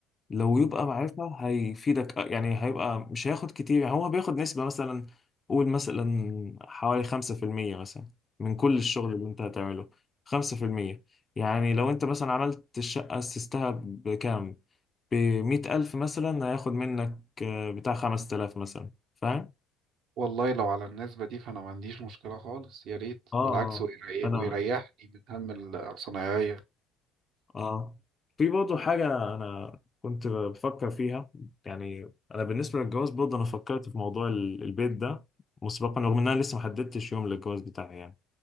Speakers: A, on the left (about 20°); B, on the right (about 60°).
A: لو يبقى معرفة هيفيدك آه، يعني هيبقى مش هياخد كتير يعني هو بياخد نسبة مثلا قول مثلا حوالي خمسة في المية مثلا من كل الشغل اللي انت هتعمله خمسة في المية يعني لو انت مثلا عملت الشقة أسستها بكام بمية ألف مثلا هياخد منك آه، بتاع خمس تلاف مثلا فاهم؟
B: والله لو على النسبة دي فأنا ما عنديش مشكلة خالص يا ريت
A: اه
B: بالعكس
A: اه
B: ويري-
A: أنا
B: ويريحني من هم الصنايعية
A: اه في برضه حاجة أنا كنت بفكر فيها يعني أنا بالنسبة للجواز برضه أنا فكرت في موضوع ال- البيت ده مسبقا رغم إن أنا لسه محددتش يوم للجواز بتاعي يعني